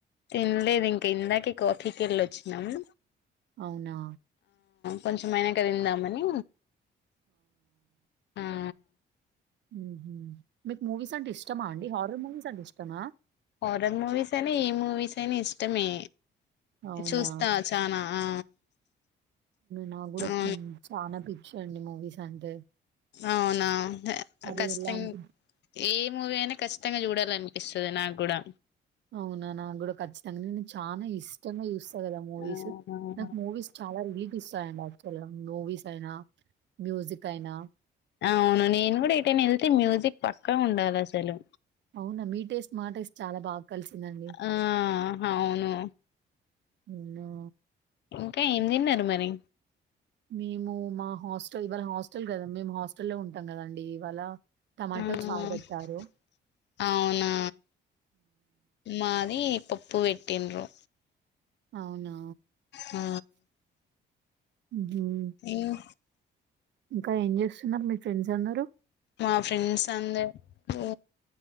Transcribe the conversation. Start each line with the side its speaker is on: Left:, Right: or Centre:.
Left: తిన్లేదు ఇంకా ఇందాకే కాఫీకి వెళ్ళ వచ్చినాను
Right: అవునా
Left: కొంచెమైనాంక తిందామని ఆ
Right: మ్మ్ మీకు మూవీస్ అంటే ఇష్టమా అండి హార్రర్ మూవీస్ అంటే ఇష్టమా
Left: హార్రర్ మూవీస్ అని ఏ మూవీస్ అయినా ఇష్ ఇష్టమే
Right: అవునా!
Left: చూస్తా చనా ఆ
Right: నాకు కూడా
Left: అవును
Right: చానా పిచ్చి అండి మూవీస్ అంటే
Left: అవునా
Right: అది
Left: కష్టంగా
Right: ఎలాంటి
Left: ఏ మూవీ అయినా ఖచ్చితంగా చూడాలనిపిస్తుంది నాకు కూడా
Right: అవునా నాకు కూడా ఖచ్చితంగా నేను చాలా ఇష్టంగా చూస్తా కదా మూవీస్
Left: అవునవును
Right: నాకు మూవీస్ చాలా రిలీఫ్ ఇస్తాయండి యాక్చువల్ మూవీస్ అయినా మ్యూజిక్ అయినా.
Left: అవును నేను కూడా ఏటైనా వెళ్తే మ్యూజిక్ పక్కా ఉండాలి అసలు
Right: అవునా మీ టేస్ట్ మా టేస్ట్ చాలా బాగా కలిసిందండి
Left: ఆ అవును
Right: వున
Left: ఇంకా ఏం తిన్నారు మరి
Right: మేము మా హాస్టల్ ఇవాళ హాస్టల్ కదా మేము హాస్టల్లో ఉంటాం కదండి ఇవాళ టమాట
Left: ఆ
Right: చారు పెట్టారు
Left: అవునా మాది పప్పు పెట్టిన్రు
Right: అవునా
Left: ఆ
Right: మ్మ్
Left: ఇం
Right: ఇంకా ఏం చేస్తున్నారు మీ ఫ్రెండ్స్ అందరూ
Left: మా ఫ్రెండ్స్ అందరు ఓ